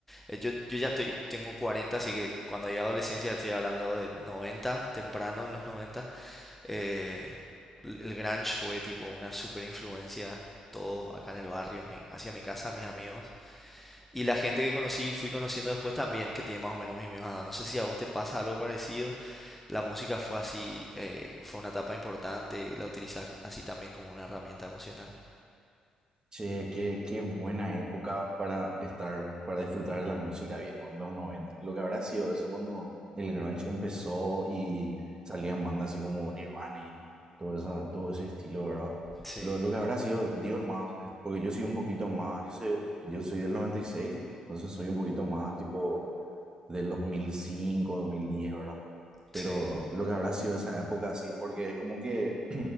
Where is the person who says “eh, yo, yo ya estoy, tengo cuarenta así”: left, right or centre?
Centre